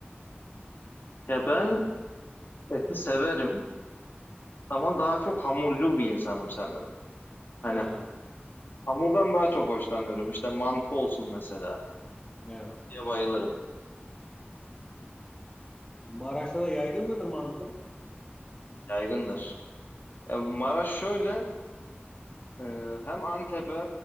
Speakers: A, on the left (about 55°); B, on the left (about 20°).
A: Ya ben eti severim ama daha çok hamurcul bir insanım sanırım. Hani
B: Ha,
A: hamurdan daha çok hoşlanıyorum. İşte mantı olsun mesela.
B: evet.
A: Ya bayılırım.
B: Maraş'ta da yaygın mıdır mantı?
A: Yaygındır. Ya Maraş şöyle Ee, hem Antep'e